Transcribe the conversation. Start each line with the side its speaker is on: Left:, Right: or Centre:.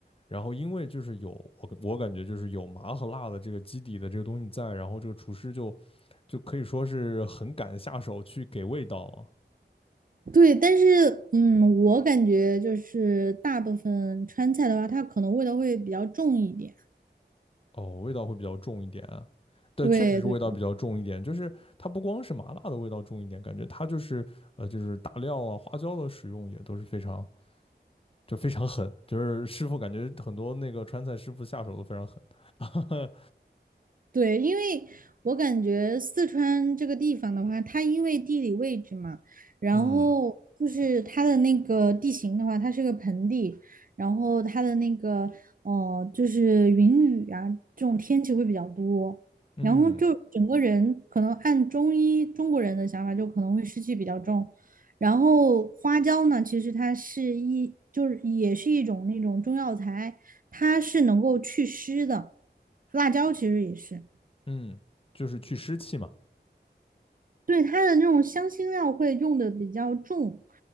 Left: 然后因为就是有我我感觉就是有麻和辣的这个基底的这个东西在，然后这个厨师就就可以说是很敢下手去给味道啊，
Right: 对，但是嗯，我感觉就是大部分川菜的话，它可能味道会比较重一点。
Left: 哦，味道会比较重一点啊，对，
Right: 对对。
Left: 确实是味道比较重一点，就是它不光是麻辣的味道重一点，感觉它就是呃就是大料啊花椒的使用也都是非常就非常狠，就是师傅感觉很多那个川菜师傅下手都非常狠，<laughs>
Right: 对，因为我感觉四川这个地方的话，它因为地理位置嘛，然后就是它的那个地形的话，
Left: 嗯
Right: 它是个盆地，然后它的那个呃，就是云雨啊这种天气会比较多，
Left: 嗯
Right: 然后就整个人可能按中医中国人的想法，就可能会湿气比较重。然后花椒呢，其实它是一就是也是一种那种中药材，它是能够祛湿的，辣椒其实也是。
Left: 嗯，就是去湿气嘛。
Right: 对，它的那种香辛料会用的比较重，